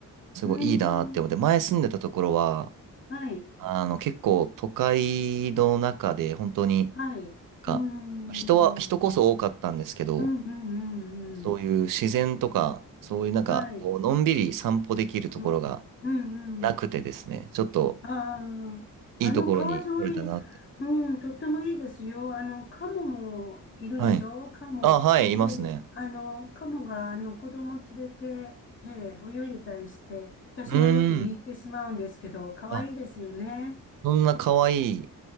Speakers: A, on the right; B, on the left.
A: すごいいいなって思って、
B: うーん。
A: 前住んでたところは、
B: はい。
A: あの、結構都会の中で、本当に、
B: はい。
A: か人は、
B: うん、
A: 人こそ多かったんですけど、
B: うん、うん、うん、
A: そういう自然とか、
B: うん。
A: そういうなんか、
B: はい。
A: こう、のんびり散歩できるところが
B: うん、うん、
A: なくてですね、
B: うん。
A: ちょっと
B: ああ、
A: いいところに来れたなって。
B: あの川沿い、うん、とってもいいですよ。あの、カモもいるでしょカモ。
A: はい。あ、はい、いますね。
B: で、あの、カモが、あの、子供連れて、ええ、泳いでたりして、私もよく見入ってしまうんですけど、
A: うーん。
B: 可愛いですよね。
A: あ、そんな可愛い、